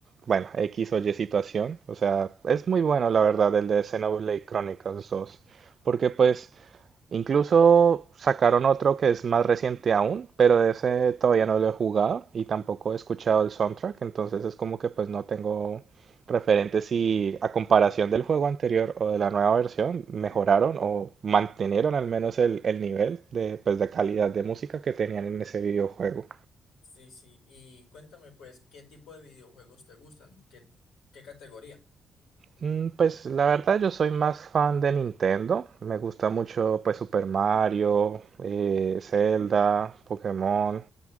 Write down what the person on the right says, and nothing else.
bueno, X o Y situación. O sea, es muy bueno la verdad el de Xenoblade Chronicles dos, porque pues Incluso sacaron otro que es más reciente aún, pero de ese todavía no lo he jugado y tampoco he escuchado el soundtrack, entonces es como que pues no tengo referentes si a comparación del juego anterior o de la nueva versión mejoraron o mantenieron al menos el, el nivel de, pues, de calidad de música que tenían en ese videojuego.
Mm, Pues la verdad yo soy más fan de Nintendo, me gusta mucho pues Super Mario, eh, Zelda, Pokémon,